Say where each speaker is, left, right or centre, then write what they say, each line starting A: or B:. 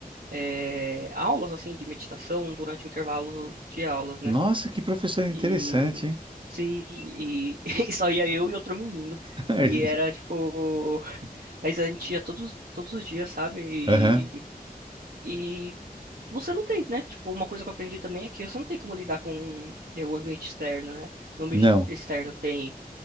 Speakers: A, on the right; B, on the right.
A: é, aulas assim de meditação durante o intervalo de aulas, né?
B: Nossa, que professor interessante,
A: E
B: hein?
A: se e, <laughs> e só ia eu e outro menino.
B: <laughs>
A: E era tipo, <laughs> mas a gente ia todos todos os dias, sabe? E,
B: Aham.
A: e você não tem, né? Tipo, uma coisa que eu aprendi também é que você não tem como lidar com é, o ambiente externo, né? No ambiente
B: Não,
A: externo tem